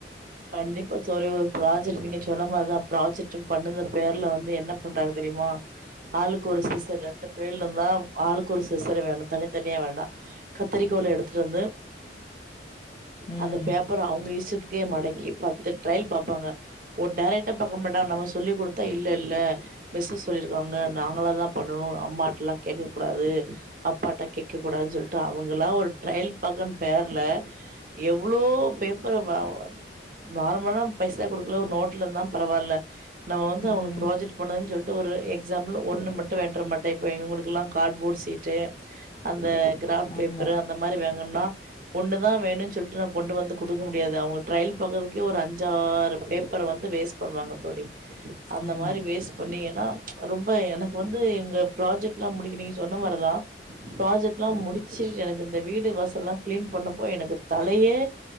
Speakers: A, on the right (about 50°); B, on the left (about 25°).
A: கண்டிப்பா தோலி ஒரு ப்ராஜெக்ட் நீங்க சொன்ன மாரிதா ப்ராஜெக்ட்டு பண்ணுத பேர்ல வந்து என்ன பண்றாங்க தெரியுமா ஆளுக்கு ஒரு சிசர் ரெண்டு பிள்ளைலு வா ஆளுக்கு ஒரு சிசரு வேணு தனித்தனியா வேண்டா கத்தரிக்கோல் எடுத்துட்டு வந்து
B: ம்.
A: அந்த பேப்பர அவுங்க இஷ்ட்டத்துக் கே மடைக் க்கி பத்து ட்ரைல் பாப்பாங்க ஒரு டைரக்டா பாக்க மாட்டாங்க நம்ம சொல்லிக் குடுத்தா இல்ல இல்ல மிஸ்ஸு சொல்லிருக்காங்க நாங்களா தா பண்ணனு அம்மாட்டல்லா கேக்கக் கூடாது அப்பாட்ட கேக்கக் கூடாதுன்னு சொல்ட்டு அவங்கலா ஒரு ட்ரையல் பாக்கோன்னு பேர்ல எவ்ளோ பேப்பர வாங் நார்மலா பைசா குடுக்கல ஒரு நோட்ல இருந்தா பரவால்ல நான்தா அவங்களுக்
B: ம்.
A: ப்ராஜக்ட் பண்னுவேன் சொல் ஒரு எக்ஸாம்பிள் ஒண்ணு மட்டு வேண்டர மாட்டே இப்ப இவுங்களுக்குல்லா காட்போட் சீட்டு அந்த கிராஃப் பேப்பரு
B: ஆமா,
A: அந்த மாரி வேங்க ன்னா ஒண்ணு தா வேணுன் சொல்ட்டு நா கொண்டு வந்து குடுக்க முடியாது அவுங்க ட்ரைல் பாக்கற்துக்கே ஒரு அஞ்சாறு பேப் அப்புறொ வந்து வேஸ்ட் பண்ணுவாங்க தோலி அந்த
B: ஆமா,
A: மாரி வேஸ்ட் பண்ணி ஏன்னா ரொம்ப எனக் வந்து இங்க ப்ராஜெக்ட்லா முடிக்க நீங்க சொன்ன மாரிதா ப்ராஜெக்ட்லா முடிக் சே எனக்கு இந்த வீடு வச தெல்லா கிளீன் பண்ணப்போ எனக்கு தலையே